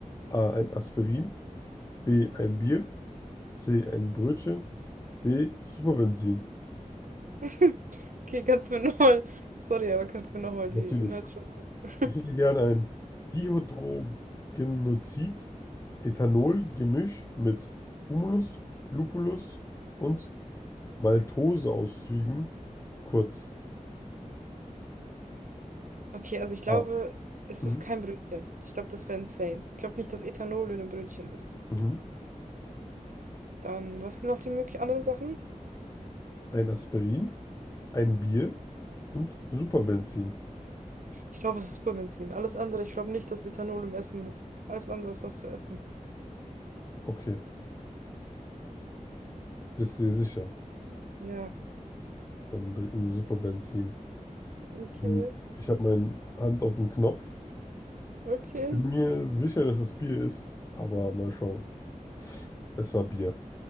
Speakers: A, on the left; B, on the right.
A: A. ein Aspirin, B. ein Bier, C. ein Brötchen, D. Superbenzin.
B: <laughs> Okay, kannst du mir nochmal. Sorry, aber kannst du mir nochmal
A: Natürlich.
B: die Inhalte. <laughs>
A: Ich hätte gern ein Dihydrogenozid, Ethanol-Gemisch mit Humulus, Lupulus und Maltose-Auszügen, kurz
B: Okay, also ich glaube,
A: A.
B: es
A: Mhm.
B: ist kein Brötchen. Ich glaube, das wäre insane. Ich glaube nicht, dass Ethanol in einem Brötchen ist.
A: Mhm.
B: Dann, was sind noch die möglichen anderen Sachen?
A: Ein Aspirin. ein Bier und Superbenzin.
B: Ich glaube, es ist Superbenzin. Alles andere, ich glaube nicht, dass Ethanol im Essen ist. Alles andere ist was zu essen.
A: Okay, bist du dir sicher?
B: Ja,
A: Dann trinken wir Superbenzin.
B: okay,
A: Und ich habe meine Hand auf den Knopf.
B: okay.
A: Ich bin mir sicher, dass es Bier ist, aber mal schauen. Es war Bier.